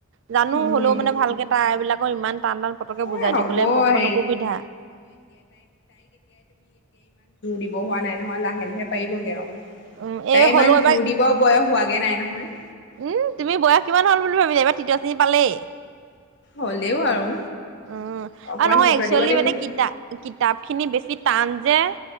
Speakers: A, on the right (about 60°); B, on the left (about 55°).
A: জানো,
B: উম।
A: হ'লেও মানে ভালকে তাৰ এইবিলাক মই ইমান টান টান পতকে
B: এ
A: বুজাই
B: হ'ব
A: দিবলৈ
B: যোৰ
A: মোৰ অকমান অসুবিধা
B: দিব হোৱা নাই নহয়। লাহে-লাহে পাৰিবগে আৰু।
A: উম এই
B: তাই
A: হ'লেও
B: ইমান
A: এবাৰ
B: যোৰ দিব বয়স হোৱাগে নাই নহয়।
A: উম', তুমি বয়স কিমান হল বুলি ভাবিছা। এইবাৰ তৃতীয় শ্ৰেণী পালেই।
B: হ'লেও আৰু
A: উম',
B: অকমান
A: আৰু নহয়
B: গুৰুত্ব
A: একচুৱেলি
B: দিব লাগিব।
A: মানে কিতা-কিতাপখিনি বেছি তান যে